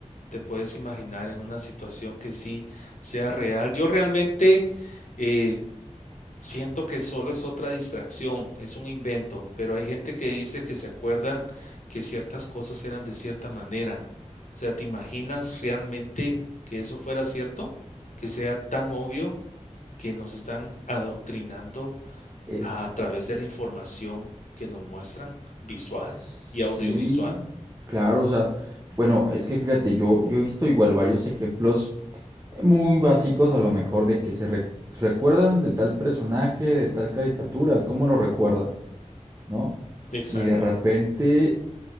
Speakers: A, on the left; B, on the right.
A: te puedes imaginar en una situación que sí sea real. Yo realmente eh, siento que solo es otra distracción, es un invento, pero hay gente que dice que se acuerdan que ciertas cosas eran de cierta manera. O sea, ¿te imaginas realmente que eso fuera cierto? Que sea tan obvio que nos están adoctrinando
B: Es...
A: a través de la información que nos muestran visual
B: Sí,
A: y audiovisual.
B: claro, o sea, bueno, es que fíjate, yo, yo he visto igual varios ejemplos muy básicos a lo mejor de que se re- recuerdan de tal personaje, de tal caricatura, ¿cómo lo recuerdan? ¿No?
A: Exacto,
B: Y de repente,